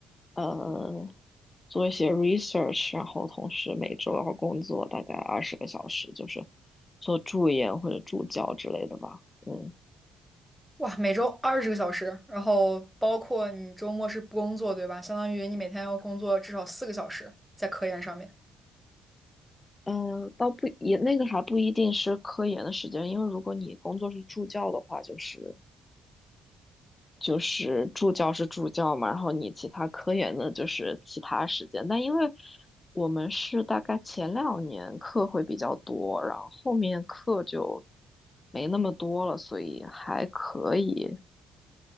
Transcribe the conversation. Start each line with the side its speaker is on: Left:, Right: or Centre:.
Left: 呃做一些 research，然后同时每周要工作大概二十个小时，就是做助研或者助教之类的吧。嗯。
Centre: 哇，每周二十个小时，然后包括你周末是不工作，对吧？相当于你每天要工作至少四个小时在科研上面。
Left: 嗯，倒不也那个还不一定是科研的时间，因为如果你工作是助教的话，就是就是助教是助教嘛，然后你其他科研的就是其他时间。但因为我们是大概前两年课会比较多，然后后面课就没那么多了，所以还可以。